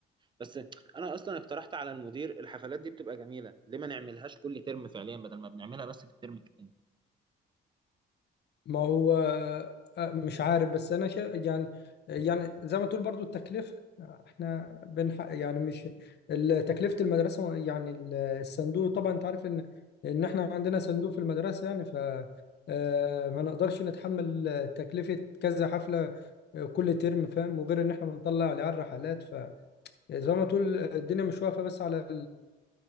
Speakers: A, on the right; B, on the left.
A: بس انا اصلا اقترحت على المدير الحفلات دي بتبقى جميله ليه ما نعملهاش كل ترم فعليا بدل ما بنعملها بس في الترم التاني
B: ما هو آه، مش عارف بس انا شا... يعني يعني زي ما تقول برضو التكلفه احنا بنح... يعني مش ال- تكلفه المدرسه يعني ال- الصندوق طبعا انت عارف ان ان احنا عندنا صندوق في المدرسه يعني ف آه، ما نقدرش نتحمل تكلفه كذا حفله كل ترم فاهم وغير ان احنا بنطلع العيال رحلات فزي ما تقول الدنيا مش واقفه بس على